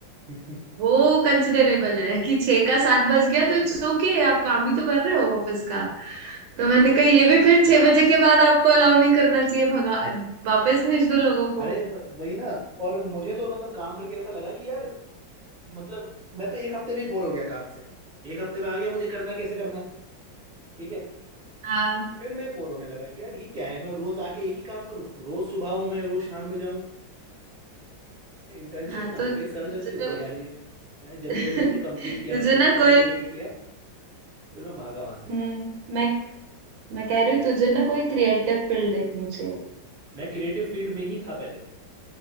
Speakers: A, on the right (about 35°); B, on the right (about 80°).
A: <laughs>
B: वो कंसिडरेबल है कि छह का सात बज गया तो इट्स ओके आप काम ही तो कर रहे हो ऑफिस का तो मैंने कहा ये भी फिर छह बजे के बाद आपको अलाउ नहीं करना चाहिए भगा वापस भेज दो लोगों
A: अरे
B: को
A: ब- वही ना और मुझे तो मतलब काम करके ऐसा लगा कि यार मतलब मैं तो एक हफ्ते में ही बोर हो गया काम से एक हफ्ते में आ गया मुझे करना कैसे करना है ठीक है
B: हाँ
A: फिर मैं बोर होने लगा कि यार ये क्या है मैं रोज आके एक ही काम करूँ रोज सुबह हूँ मैं रोज शाम में जाऊँ इंटर्नशिप
B: हाँ
A: ना
B: तो
A: हो
B: तुझे
A: गई सरदर्दी हो
B: तो
A: गई यार ये जल्दी
B: <laughs>
A: जल्दी से कंप्लीट किया
B: तुझे
A: मैंने
B: ना
A: कि सर्टिफिकेट
B: कोई
A: लिया फिर मैं भागा वहां से
B: हम्म मैं मैं कह रही हूँ तुझे ना कोई क्रिएटिव फील्ड देखनी चाहिए
A: मैं क्रिएटिव फील्ड में ही था पहले